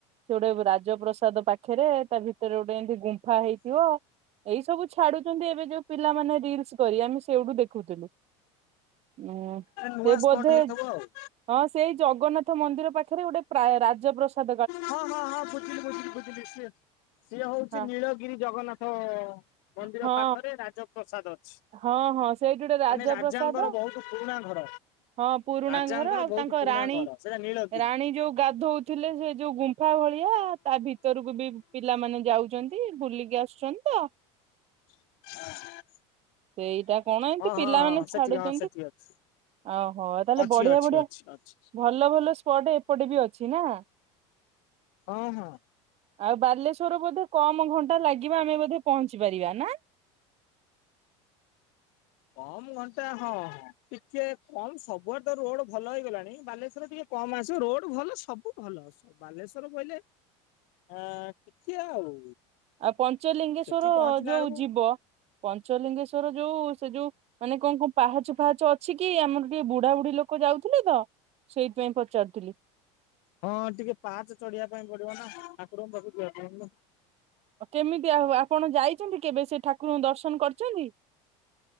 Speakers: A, on the right; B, on the left.
A: ସେ ଗୋଟେ ରାଜପ୍ରସାଦ ପାଖରେ ତା ଭିତରେ ଗୋଟେ ଏମତି ଗୁମ୍ଫା ହେଇଥିବ। ଏଇ ସବୁ ଛାଡୁଛନ୍ତି ଏବେ ଯୋଉ ପିଲାମାନେ ରିଲସ କରି ଆମେ ସେଇଠୁ ଦେଖୁଥିଲୁ। ହୁଁ
B: ନୂଆ
A: ସେ
B: ସ୍ପଟ
A: ବୋଧେ
B: ହେଇଥିବ ଆଉ।
A: ହଁ ସେଇ ଜଗନ୍ନାଥ ମନ୍ଦିର ପାଖରେ ଗୋଟେ ରାଜ ପ୍ରସାଦ।
B: ହଁ ହଁ ହଁ ବୁଝିଲି ବୁଝିଲି ବୁଝିଲି ସେ ସିଏ ହଉଛି
A: ହଁ
B: ନୀଳଗିରି ଜଗନ୍ନାଥ ମନ୍ଦିର
A: ହଁ
B: ପାଖରେ ରାଜପ୍ରସାଦ। ଅଛି।
A: ହଁ ହଁ ସେଇଠି ଗୋଟେ ରାଜପ୍ରସାଦ।
B: ମାନେ ରାଜାଙ୍କର ବହୁତ ପୁରୁଣା ଘର।
A: ହଁ ପୁରୁଣା
B: ରାଜାଙ୍କର
A: ଘର ଆଉ
B: ବହୁତ
A: ତାଙ୍କ
B: ପୁରୁଣା
A: ରାଣୀ
B: ଘର ସେଇଟା ନୀଳଗିରି
A: ରାଣୀ ଯୋଉ ଗାଧଉ ଥିଲେ ସେ ଯୋଉ ଗୁମ୍ଫା ଭଳିଆ ତା ଭିତରକୁ ବି ପିଲାମାନେ ଯାଉଛନ୍ତି ବୁଲିକ ଆସୁଛନ୍ତି ତ
B: <inaudible>
A: ସେଇଟା କଣ ଏତି
B: ହଁ
A: ପିଲାମାନେ
B: ହଁ ହଁ ସେଠି
A: ଛାଡୁଛନ୍ତି
B: ହଁ ସେଠି ଅଛି।
A: ଓହୋ ତାହେଲେ
B: ଅଛି
A: ବଢିଆ
B: ଅଛି
A: ବଢିଆ
B: ଅଛି ଅଛି
A: ଭଲ ଭଲ ସ୍ପଟ ପଟେ ବି ଅଛି ନା?
B: ହଁ ହଁ।
A: ଆଉ ବାଲେଶ୍ଵରରୁ ବୋଧେ କମ ଘଣ୍ଟା ଲାଗିବ ଆମେ ବୋଧେ ପହଞ୍ଚି ପାରିବା ନା!
B: କମ ଘଣ୍ଟା ହଁ ହଁ ଟିକେ କମ ସବୁଆଡେ ତ ରୋଡ ଭଲ ହେଇଗଲାଣି ବାଲେଶ୍ଵରରେ ଟିକେ ହଁ ମାସ ରୋଡ ଭଲ ସବୁ ଭଲ ବାଲେଶ୍ଵର କହିଲେ ଆ କିଛି ଆଉ
A: ଆଉ ପଞ୍ଚଲିଙ୍ଗେଶଵର
B: ସେଠି ପହଞ୍ଚିଲା
A: ଯୋଉ
B: ବେଳକୁ
A: ଯିବ ପଞ୍ଚଲିଙ୍ଗେଶ୍ଵର ଯୋଉ ସେ ଯୋଉ ମାନ ମାନେ କଣ କଣ ପାହାଚ ଫାହାଚ ଅଛି କି ଆମର ଟିକେ ବୁଢା ବୁଢୀ ଲୋକ ଯାଉଥିଲେ ତ ସେଇଥିପାଇଁ ପଚାରୁଥିଲି
B: ହଁ ଟିକେ ପାହାଚ ଚଢିବା ପାଇଁ ପଡିବ ନା ଠପରଙ୍କ ପାଖକୁ ଯିବା
A: କେମିତି ଆ ଆପଣ ଯାଇଛନ୍ତି କେବେ ସେ ଠାକୁରଙ୍କୁ ଦର୍ଶନ କରିଛନ୍ତି?